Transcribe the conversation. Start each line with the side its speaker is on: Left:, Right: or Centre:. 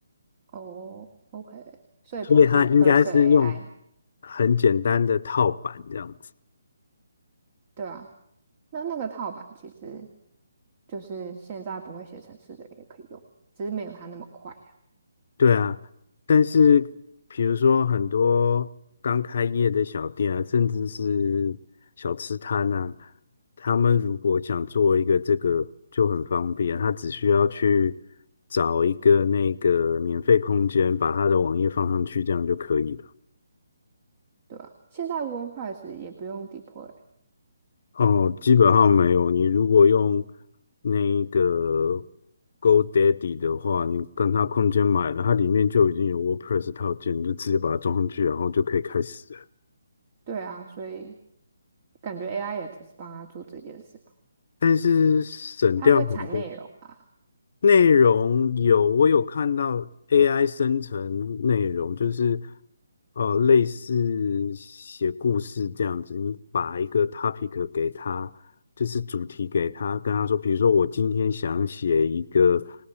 Right: 哦，OK，所以不是
Left: 所以它应该是用
Right: Cursor AI，
Left: 很简单的套版这样子。
Right: 对啊。那那个套版其实就是现在不会写程式的人也可以用，只是没有它那么快。
Left: 对啊，但是比如说很多刚开业的小店啊，甚至是小吃摊啊，他们如果想做一个这个就很方便，他只需要去找一个那个免费空间，把他的网页放上去，这样就可以了。
Right: 对啊，现在 WordPress 也不用 deploy，
Left: 哦，基本上没有。你如果用那个 GoDaddy 的话，你跟他空间买了，它里面就已经有 WordPress 套件，你就直接把它装上去，然后就可以开始了。
Right: 对啊，所以感觉 AI 也只是帮他做这件事嘛，
Left: 但是省掉很多，
Right: 它会产内容啊。
Left: 内容有，我有看到 AI 生成内容，就是呃类似写故事这样子，你把一个 topic 给他，就是主题给他，跟他说，比如说我今天想写一个